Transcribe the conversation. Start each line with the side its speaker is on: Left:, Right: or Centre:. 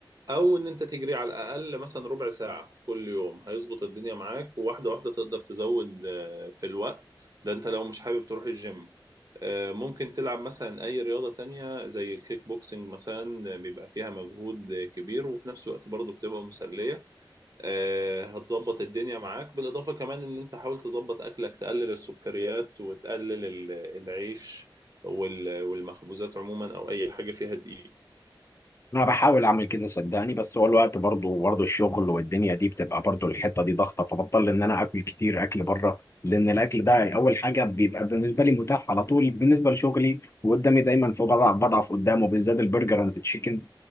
Right: أو إن أنت تجري على الأقل مثلا ربع ساعة كل يوم هيظبط الدنيا معاك وواحدة واحدة تقدر تزود آه، في الوقت ده انت لو مش حابب تروح الجيم آه، ممكن تلعب مثلا أي رياضة تانية زي الكيك بوكسنج مثلا بيبقى فيها مجهود كبير وفي نفس الوقت برضه بتبقى مسلية آه، هتظبط الدنيا معاك بالإضافة كمان إن أنت حاول تظبط أكلك تقلل السكريات وتقلل ال- العيش وال- والمخبوزات عموما أو أي حاجة فيها دقيق
Left: انا بحاول اعمل كده صدقني بس هو الوقت برضه برضه الشغل والدنيا دي بتبقى برضه الحته دي ضغطه فبضطر ان انا اكل كتير اكل بره لان الاكل ده اول حاجه بيبقى بالنسبه لي متاح على طول بالنسبه لشغلي وقدامي دايما في بضع بضعف قدامه بالذات البرجر اند تشيكن